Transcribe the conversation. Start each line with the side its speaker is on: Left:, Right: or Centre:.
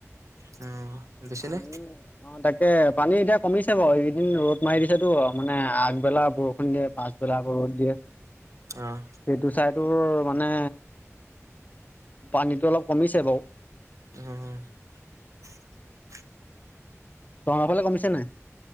Right: অ'। বেছি
Left: পানী
Right: নে
Left: অ', তাকে। পানী এতিয়া কমিছে বাৰু, এইকেইদিন ৰ'দ মাৰি দিছে তোৰ মানে, আগবেলা বৰ দিয়ে পাছবেলা আকৌ ৰ'দ দিয়ে,
Right: অ',
Left: সেইটো চাইড ত মানে পানীটো অলপ কমিছে বাৰু।
Right: অহ,
Left: টঙাৰ ফালে কমিছে নাই